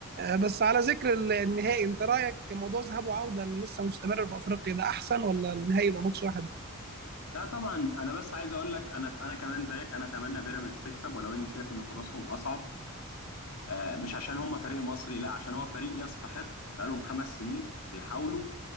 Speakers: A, on the right; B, on the left.
A: بس على ذكر النهائي انت رايك موضوع ذهاب وعوده اللي لسه مستمر في افريقيا ده احسن ولا النهائي يبقى ماتش واحد
B: لا طبعا انا بس عايز اقول لك انا انا كمان زيك انا اتمنى بيراميدز تكسب ولو اني شايف ان فرصهم اصعب آه، مش عشان هم فريق مصري لا عشان هو فريق يستحق بقالهم خمس سنين بيحاولوا